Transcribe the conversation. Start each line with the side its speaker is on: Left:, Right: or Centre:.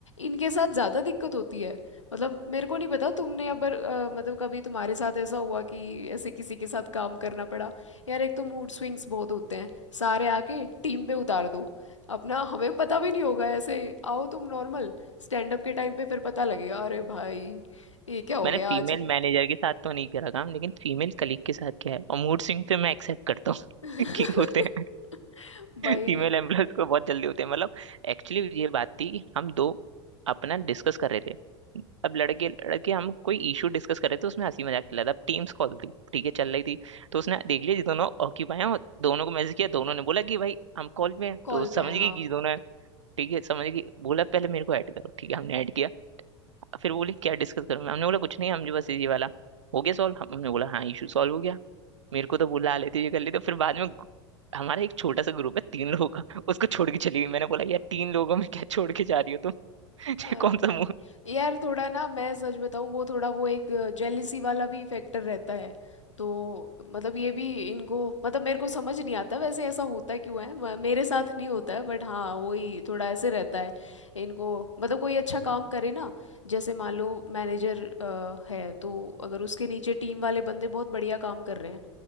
Left: इनके साथ ज़्यादा दिक्कत होती है मतलब मेरे को नहीं पता तुमने अगर अ, मतलब कभी तुम्हारे साथ ऐसा हुआ कि ऐसे किसी के साथ काम करना पड़ा यार एक तो मूड स्विंग्स बहुत होते हैं सारे आके टीम पे उतार दो अपना हमें पता भी नहीं होगा ऐसे आओ तुम नॉर्मल स्टैंड अप के टाइम पे फिर पता लगेगा अरे भाई ये क्या हो
Right: मैंने
Left: गया
Right: फीमेल
Left: आज
Right: मैनेजर के साथ तो नहीं करा काम लेकिन फीमेल कलीग के साथ किया है और मूड स्विंग पे मैं एक्सेप्ट करता हूँ
Left: <laughs>
Right: <laughs> कि होते हैं
Left: भाई
Right: फीमेल एम्बुलेंस को बहुत जल्दी होते हैं मतलब एक्चुअली ये बात थी कि हम दो अपना डिस्कस कर रहे थे अब लड़के लड़के हम कोई इशू डिस्कस कर रहे थे उसमें हंसी मजाक चल रहा था अब टीम्स कॉल थी ठीक है चल रही थी तो उसने देख लिया जी दोनों ऑक्यूपाई हैं और दोनों को मैसेज किया दोनों ने बोला कि भाई हम कॉल पे हैं
Left: कॉल
Right: तो
Left: पे
Right: समझ
Left: है हाँ
Right: गई कि दोनों हैं ठीक है समझ गई बोला पहले मेरे को ऐड करो ठीक है हमने ऐड किया फिर बोले क्या डिस्कस करूँ हमने बोला कुछ नहीं हम जो बस ये वाला हो गया सॉल्व हम हमने बोला हाँ इशू सॉल्व हो गया मेरे को तो बुला लेती ये कर लेती तो फिर बाद में गु- हमारा एक छोटा सा ग्रुप है तीन लोगों का उसको छोड़ के चली गई मैंने बोला यार तीन लोगों में क्या छोड़ के जा रही हो तुम <laughs> ये
Left: अरे
Right: कौन सा
Left: भाई
Right: मुंह
Left: यार थोड़ा ना मैं सच बताऊं वो थोड़ा वो एक जेलिसी वाला भी फैक्टर रहता है तो मतलब ये भी इनको मतलब मेरे को समझ नहीं आता वैसे ऐसा होता क्यों है म- मेरे साथ नहीं होता है बट हाँ वही थोड़ा ऐसे रहता है इनको मतलब कोई अच्छा काम करे ना जैसे मान लो मैनेजर है तो अगर उसके नीचे टीम वाले बंदे बहुत बढ़िया काम कर रहे हैं